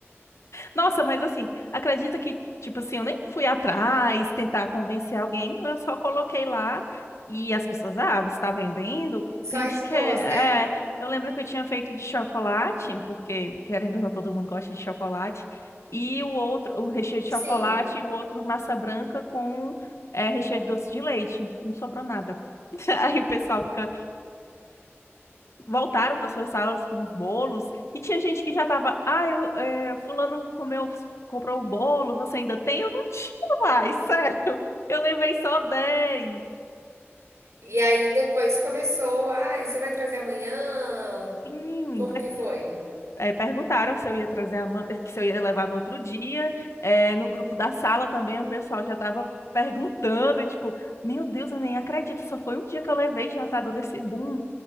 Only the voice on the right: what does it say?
Só
expôs,
né?
Sim.
E aí depois começou, ah, você vai trazer amanhã?
Como
que foi?